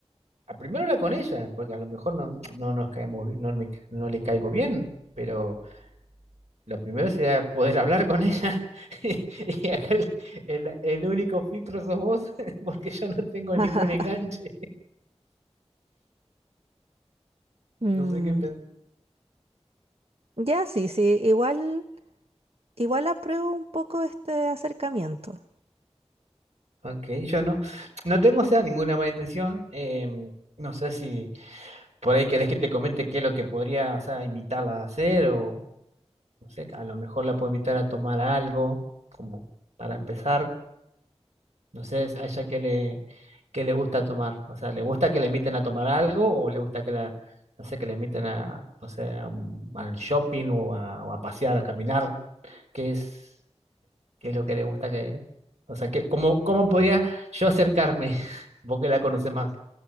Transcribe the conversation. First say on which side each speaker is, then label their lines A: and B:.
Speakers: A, on the right; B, on the right.
A: a primero hablar con ella, porque a lo mejor no, no nos caemos, bi- no, me ca- no le caigo bien, pero lo primero sería poder hablar con ella. <laughs> Y y acá el, el- el único filtro sos vos, <laughs> porque yo no tengo
B: <laughs>
A: ningún enganche.
B: Mm,
A: No sé qué pensar.
B: Ya, sí, sí. Igual. Igual apruebo un poco este acercamiento.
A: Ok, yo no, no tengo, o sea, ninguna mala intención. em, no sé si. Por ahí querés que te comente qué es lo que podría, o sea, invitarla a hacer o, no sé, a lo mejor la puedo invitar a tomar algo, como para empezar. No sé, a ella qué le, qué le gusta tomar. O sea, ¿le gusta que la inviten a tomar algo o le gusta que la, no sé, que la inviten a, no sé, a un- al shopping o a, o a pasear, a caminar? ¿Qué es, qué es lo que le gusta que, o sea, que, cómo, cómo podría yo acercarme? <laughs> Vos que la conoces más.